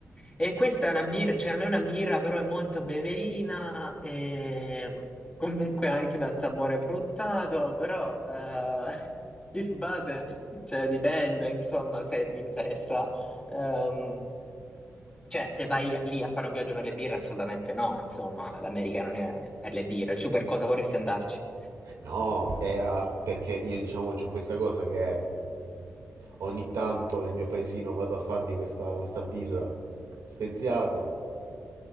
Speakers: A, on the left; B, on the right.
A: E questa è una birra, cioè non è una birra, però è molto beverina e comunque anche dal sapore fruttato, però eh, <laughs> in base, cioè dipende, insomma, se ti interessa. Ehm, cioè, se vai lì a fare un viaggio per le birre, assolutamente no, insomma, l'America non è per le birre. Su per cosa vorresti andarci?
B: no, era perché io diciamo ho questa cosa che Ogni tanto nel mio paesino vado a farmi questa, questa birra speziata